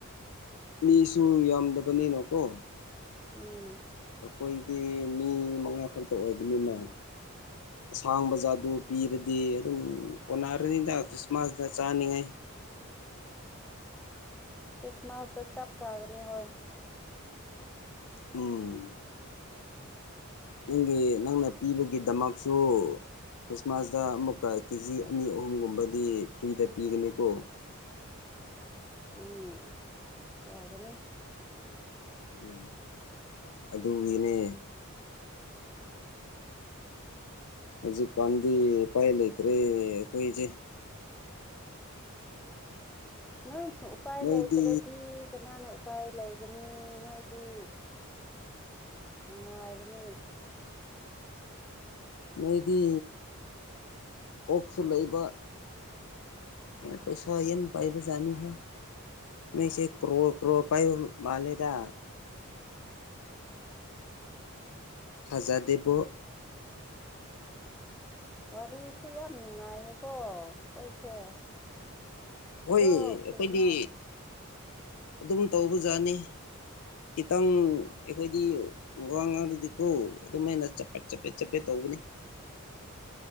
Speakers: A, on the left; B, in the centre.
A: ꯃꯤꯁꯨ ꯌꯥꯝꯗꯕꯅꯤꯅꯣꯀꯣ
B: ꯎꯝ
A: ꯑꯩꯈꯣꯏꯗꯤ ꯃꯤ ꯃꯉꯥ ꯈꯛꯇ ꯑꯣꯏꯕꯅꯤꯅ ꯑꯁꯥꯡꯕ ꯖꯥ ꯑꯗꯨ ꯄꯤꯔꯗꯤ ꯑꯗꯨꯝ ꯀꯣꯟꯅꯔꯅꯤꯅ ꯈ꯭ꯔꯤꯁꯃꯥꯁꯇ ꯆꯥꯅꯤꯡꯉꯥꯏ <inaudible>
B: ꯀ꯭ꯔꯤꯁꯃꯁꯗ ꯆꯞꯄ ꯆꯥꯒꯅꯤ ꯍꯣꯏ
A: ꯎꯝ ꯅꯪꯒꯤ ꯅꯪꯅ ꯄꯤꯕꯒꯤꯗꯃꯛꯁꯨ ꯈ꯭ꯔꯤꯁꯃꯥꯁꯇ ꯑꯃꯨꯛꯀ ꯀꯦꯖꯤ ꯑꯅꯤ ꯑꯍꯨꯝꯒꯨꯝꯕꯗꯤ ꯐ꯭ꯔꯤꯗ ꯄꯤꯒꯅꯤꯀꯣ
B: ꯎꯝ ꯌꯥꯒꯅꯤ
A: ꯎꯝ ꯑꯗꯨꯒꯤꯅꯦ ꯍꯧꯖꯤꯛ ꯀꯥꯟꯗꯤ ꯄꯥꯏ ꯂꯩꯇ ꯔꯦ ꯍꯣꯏꯆꯦ
B: ꯅꯣꯏ ꯎꯄꯥꯏ
A: ꯅꯣꯏꯗꯤ
B: ꯂꯩꯇ꯭ꯔꯦꯗꯤ ꯀꯅꯥꯅꯣ ꯎꯄꯥꯏ ꯂꯩꯒꯅꯤ ꯅꯣꯏꯗꯤ ꯅꯨꯡꯉꯥꯏꯕꯅꯤꯅꯦ
A: ꯅꯣꯏꯗꯤ ꯑꯣꯛꯁꯨ ꯂꯩꯕ ꯄꯩꯁꯥ ꯅ ꯄꯥꯏꯕꯖꯅꯤ ꯍꯥꯏ ꯅꯁꯦ ꯀ꯭ꯔꯣ ꯀ꯭ꯔꯣ ꯄꯥꯏ ꯃꯥꯂꯦꯗ ꯐꯖꯥꯗꯦꯕ
B: ꯋꯥꯔꯤꯁꯨ ꯌꯥꯝ ꯅꯨꯡꯉꯥꯏꯌꯦꯀꯣ ꯍꯣꯏꯁꯦ
A: ꯍꯣꯏ
B: ꯑꯗꯣ
A: ꯑꯩꯈꯣꯏꯗꯤ
B: ꯀꯩꯅꯣ
A: ꯑꯗꯨꯝ ꯇꯧꯕꯖꯥꯠꯅꯤ ꯈꯤꯇꯪ ꯑꯩꯈꯣꯏꯗꯤ ꯋꯥ ꯉꯥꯡꯗꯗꯤꯀꯣ ꯑꯗꯨꯝꯍꯦꯅ ꯆꯄꯦꯠ ꯆꯞꯄꯦꯠ ꯆꯞꯄꯦꯠ ꯇꯧꯕꯅꯤ <inaudible>